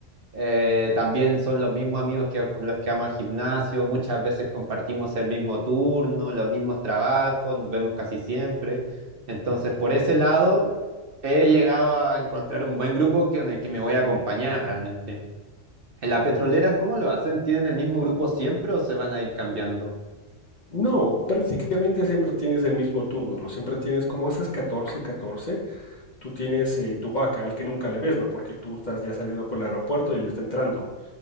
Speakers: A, on the right; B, on the left.
A: Eh, también son los mismos amigos que, con los que vamos al gimnasio, muchas veces compartimos el mismo turno, los mismos trabajos, nos vemos casi siempre. Entonces, por ese lado, he llegado a encontrar un buen grupo que, en el que me voy a acompañar realmente. ¿En la petrolera cómo lo hacen? ¿Tienen el mismo grupo siempre o se van a ir cambiando?
B: No, prácticamente siempre tienes el mismo turno, ¿no? Siempre tienes, como haces catorce catorce. tú tienes eh, tu vaca, al que nunca le ves, ¿no? Porque tú estás ya saliendo por el aeropuerto y él está entrando.